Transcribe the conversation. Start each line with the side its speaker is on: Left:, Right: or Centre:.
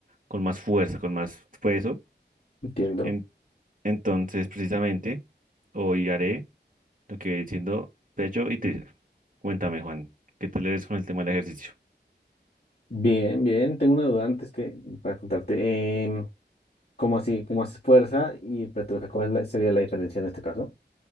Right: con más fuerza, con más peso.
Left: Entiendo.
Right: En- entonces, precisamente, hoy haré lo que viene siendo pecho y tríceps. Cuéntame, Juan, ¿qué tal eres con el tema del ejercicio?
Left: Bien, bien. Tengo una duda antes que para contarte. Em, ¿cómo así? ¿Cómo haces fuerza y hipertrofia? ¿Cuál es la- sería la diferencia en este caso?